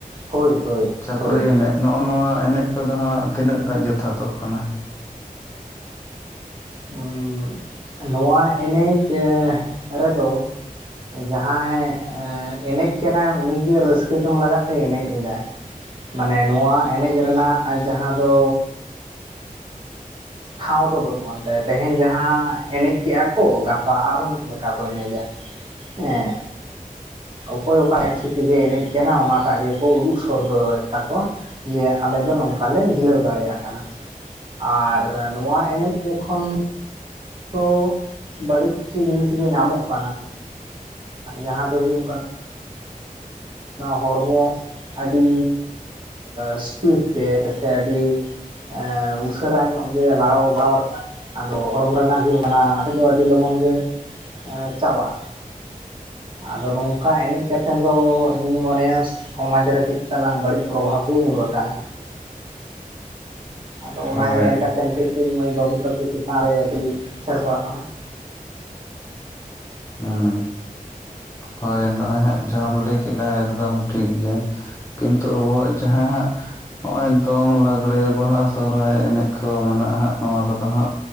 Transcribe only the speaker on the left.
ᱪᱷᱟᱹᱯᱨᱤ
ᱮᱱᱮᱡ ᱱᱚᱜ-ᱚ ᱱᱚᱣᱟ ᱮᱱᱮᱡ ᱠᱚᱫᱚ ᱦᱟᱸᱜ ᱛᱤᱱᱟᱹᱜᱴᱟ ᱡᱚᱛᱷᱟᱛᱚᱜ ᱠᱟᱱᱟ᱾
ᱦᱳᱭ
ᱦᱩᱸ ᱦᱳᱭ ᱱᱚᱜᱼᱚᱭ ᱦᱟᱸᱜ, ᱡᱟᱦᱟᱢ ᱞᱟᱹᱭ ᱠᱮᱫ ᱮᱠᱫᱚᱢ ᱴᱷᱤᱠ ᱜᱮ ᱠᱤᱱᱛᱩ ᱟᱵᱚᱣᱟᱜᱼᱟ᱾ ᱡᱟᱦᱟᱸ ᱦᱟᱸᱜ ᱱᱚᱜᱼᱚᱭ ᱫᱚᱝ, ᱞᱟᱸᱜᱽᱲᱮ, ᱵᱟᱦᱟ, ᱥᱚᱦᱨᱟᱭ, ᱮᱱᱮᱡ ᱠᱚ ᱢᱮᱱᱟᱜᱼᱟ ᱾ᱦᱟᱸᱜ ᱱᱚᱣᱟ ᱠᱚᱫᱚ ᱦᱟᱸᱜ